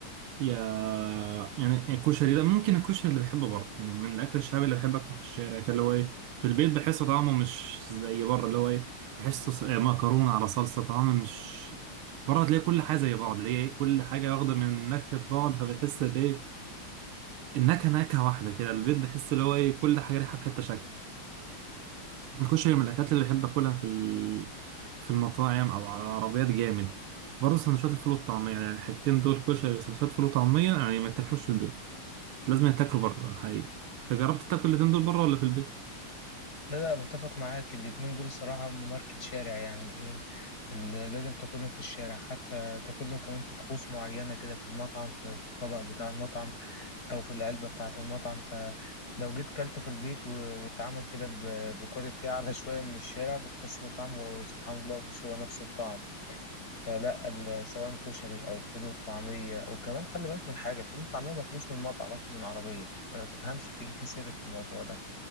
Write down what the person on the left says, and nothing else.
لا لا متفق معاك الاتنين دول صراحة هم ماركة شارع يعني آه، ال- لازم تاكلهم في الشارع حتى تاكلهم كمان في طقوس معينة كده في المطعم في في الطبق بتاع المطعم او في العلبه بتاعه المطعم فلو جيت كلته في البيت و- واتعمل كده ب- بكواليتي اعلى <laughs> شويه من الشارع بتحس ان طعمه سبحان الله مش هو نفس الطعم فلا ال- سواء كشري او فول طعميه وكمان خلي بالك من حاجه الفول الطعميه ماكلوش من مطعم ماكله من عربيه ما تفهمش في في سر في الموضوع ده